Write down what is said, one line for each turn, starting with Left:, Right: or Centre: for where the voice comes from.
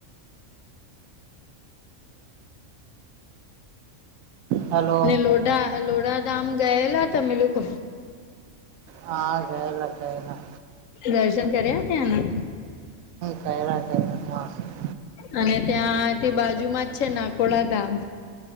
Right: હલો
Left: લોઢા લોડાધામ ગયેલા તમે લોકો
Right: હા જયલા જઈલા
Left: દર્શન કર્યા ત્યાના
Right: ચાયલા કરે <unintelligible>
Left: અને ત્યાં તે બાજુમાં જ છે, નાકોડા ગામ